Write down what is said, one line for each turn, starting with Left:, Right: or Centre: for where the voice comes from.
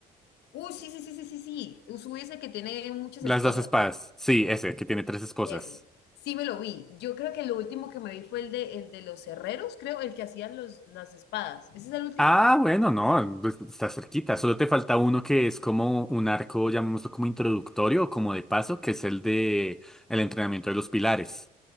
Left: Uy, sí, sí, sí, sí, sí, sí. Usui es el que tiene muchas
Centre: Las
Left: esposas.
Centre: dos espadas. Sí, ese, que tiene tres esposas.
Left: Ese. Sí me lo vi. Yo creo que lo último que me vi fue el de, el de los herreros, creo, el que hacían los, las espadas. ¿Ese es el último?
Centre: Ah, bueno, no, pues, está cerquita. Solo te falta uno que es como un arco, llamémoslo como introductorio o como de paso, que es el de el entrenamiento de los pilares.